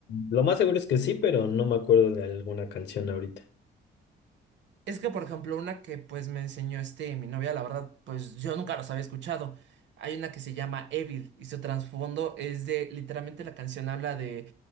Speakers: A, on the left; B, on the right.
A: lo más seguro es que sí, pero no me acuerdo de alguna canción ahorita.
B: Es que, por ejemplo, una que pues me enseñó este mi novia, la verdad, pues yo nunca los había escuchado. Hay una que se llama Evil y su trasfondo es de, literalmente la canción habla de